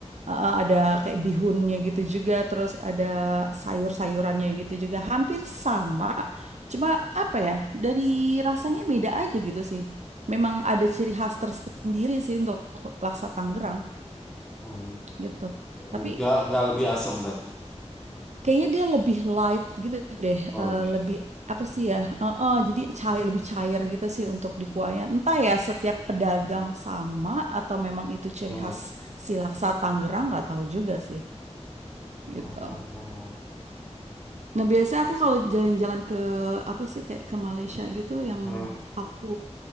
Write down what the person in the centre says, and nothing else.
oh,
Enggak, enggak lebih asam berarti.
Oh,
lebih.
Oke.
Hmm.
Oh, oh, oh.
Hmm.